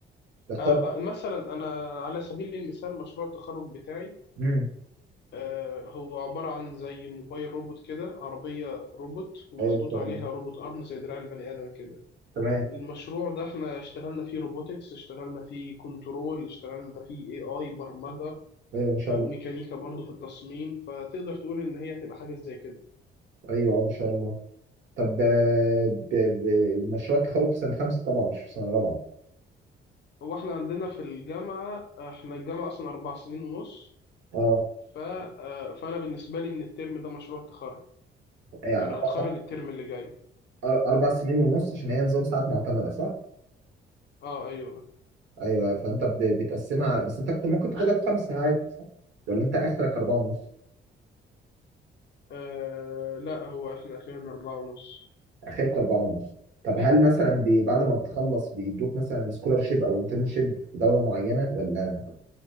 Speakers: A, on the right; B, on the left.
A: تختار
B: آه آه، مثلا أنا على سبيل المثال مشروع التخرج بتاعي
A: امم
B: آه هو عبارة عن زي موبايل روبوت كده عربية روبوت ومحطوط
A: ايوه ان شاء
B: عليها
A: الله
B: روبوت أرم زي دراع البني آدم كده
A: تمام
B: المشروع ده احنا اشتغلنا فيه روبوتكس اشتغلنا فيه كنترول اشتغلنا فيه اي اي برمجة
A: ايوه ان شاء
B: ف- وميكانيكا
A: الله
B: برضه في التصميم فتقدر تقول ان هي هتبقى حاجة زي كده
A: ايوه آه، ما شاء الله طب آه، ب- ب- مشروع التخرج في سنه خمسه طبعا مش في سنه رابعه
B: هو احنا عندنا في الجامعة آه، احنا الجامعة اصلا اربع سنين ونص
A: اه
B: ف... اه، فانا بالنسبة لي من الترم ده مشروع التخرج
A: يعني
B: يعني
A: اربع
B: هتخرج
A: س-
B: الترم اللي جاي
A: أر- اربع سنين ونص عشان هي نظام ساعات معتمده صح؟
B: اه ايوه
A: ايوه فانت ب- بتقسمها بس انت كنت ممكن تاخدها في خمسه عادي صح؟ ولا انت اخرك اربعه ونص؟
B: آه لا هو احنا اخرنا اربعة ونص
A: اخرك اربعه ونص طب هل مثلا بي- بعد ما بتخلص بيدوك مثلا سكولارشيب او انترنشيب في دوله معينه ولا